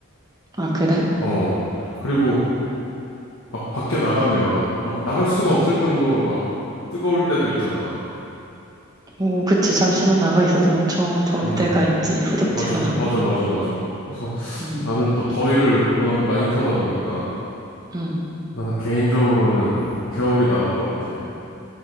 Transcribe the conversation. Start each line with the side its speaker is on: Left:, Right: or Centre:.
Right: 아, 그래?
Left: 어, 그리고 막 밖에 나가면 막 나갈 수가
Right: 응.
Left: 없을 정도로 막 뜨거울 때도 있잖아.
Right: 오, 그치. 잠시만 나가 있어도 엄청 더울
Left: 음,
Right: 때가 있지. 후덥지근하고.
Left: 맞아, 맞아, 맞아, 맞아. 그래서
Right: 응,
Left: 나는 또 더위를 워낙 많이 타다 보니까
Right: 응.
Left: 나는 개인적으로는 겨울이 나은 것 같아.